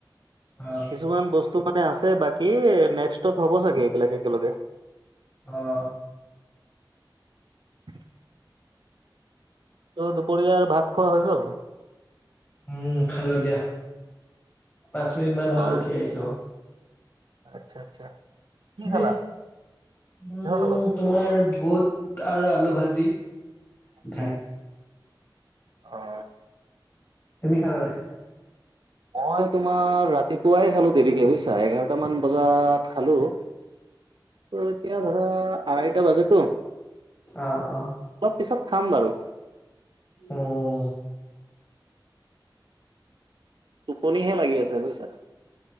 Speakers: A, on the left; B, on the right.
A: অ',
B: কিছুমান বস্তু মানে আছে, বাকী নেক্সত হ'ব চাগে এইবিলাক একেলগে
A: অ',
B: <unintelligible> ত' দুপৰীয়াৰ ভাত খোৱা হৈ গ'ল?
A: উম, খাল দীয়াা পাঁচ মিনিট মান হল
B: অ',
A: উঠি আহিছো।
B: আচ্ছা, আচ্ছা কি
A: তুমি
B: খালা
A: উম,
B: কিহৰ লগত?
A: তোমাৰ বুট আৰু আলু ভাজি।
B: আচ্ছা।
A: ভাত
B: অ'।
A: তুমি খালা নাই?
B: মই তোমাৰ ৰাতিপুৱাই খালো দেৰিকে বুইছা এঘাৰটা মান বজাত খালো। ত এতিয়া ধৰা আঢ়াইটা বাজেতো।
A: অ', অ'।
B: অলপ পিছত খাম বাৰু।
A: অ'।
B: টোপনিহে লাগি আছে বুইছা।